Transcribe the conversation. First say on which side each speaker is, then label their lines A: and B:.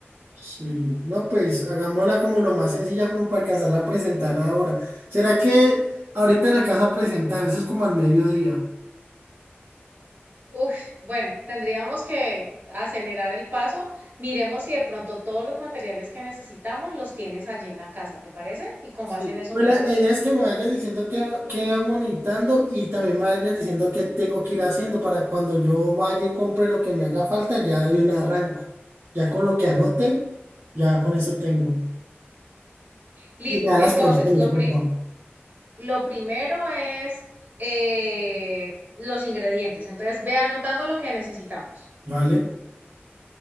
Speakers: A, on the right (about 55°); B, on the right (about 40°).
A: Sí, no, pues hagámosla como lo más sencilla, como para alcanzarla a presentar ahora. ¿Será que ahorita la alcanza a presentar? Eso es como al mediodía.
B: Uf, bueno, tendríamos que acelerar el paso. Miremos si de pronto todos los materiales que necesitamos los tienes allí en la casa, ¿te parece? Y con
A: Sí,
B: base en eso
A: pues
B: miramos.
A: la, la idea es que me vayas diciendo qué va- que va monitando y también me vayas diciendo qué tengo que ir haciendo para cuando yo vaya y compre lo que me haga falta, ya de un arranco. Ya con lo que anote, ya con eso tengo.
B: Listo.
A: Y me da
B: Entonces,
A: las porciones,
B: lo
A: por
B: pri-
A: favor.
B: lo primero es eh, los ingredientes. Entonces, ve anotando lo que necesitamos.
A: Vale,